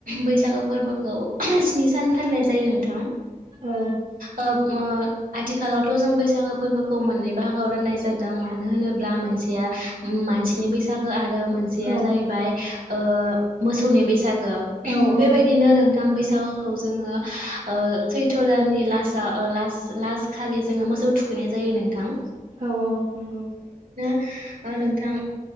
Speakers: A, on the right; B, on the right.
A: बैसागो फोरबोखौ स्नि सान फालिनाय जायो नों थां
B: औ
A: <inaudible> ओ आथिखालावथ' जों बैसागो फोरबोखौ मोननै बाहागोआव राननाय जादों मानो होनोब्ला मोनसेया मानसिनि बैसागो आरो मोनसेया
B: औ
A: जाहैबाय ओ मोसौनि बैसागो
B: औ औ
A: बेबायदिनो नों थां बैसागोखौ जोङो ओ सैथ' दाननि लासाव लास लास्ट खालि जोङो मोसौ थुखैनाय जायो नोंथां
B: औ औ नंगौ
A: ओ नोंथां